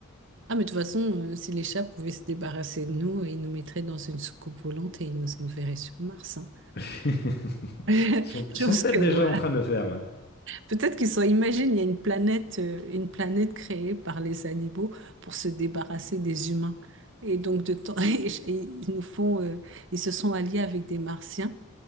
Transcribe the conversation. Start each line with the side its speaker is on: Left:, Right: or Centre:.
Right: Ah, mais de toute façon, euh, si les chats pouvaient se débarrasser de nous, ils nous mettraient dans une soucoupe volante et ils nous enverraient sur Mars. hein.
Left: <laughs> Ils
Right: <laughs>
Left: sont, ils
Right: Chose
Left: sont peut-être
Right: que
Left: déjà
Right: voilà.
Left: en train de le faire, ouais.
Right: Peut-être qu'ils sont, imagine, il y a une planète, euh, une planète créée par les animaux pour se débarrasser des humains. Et donc, de temps, <laughs> et ils nous font, euh, ils se sont alliés avec des Martiens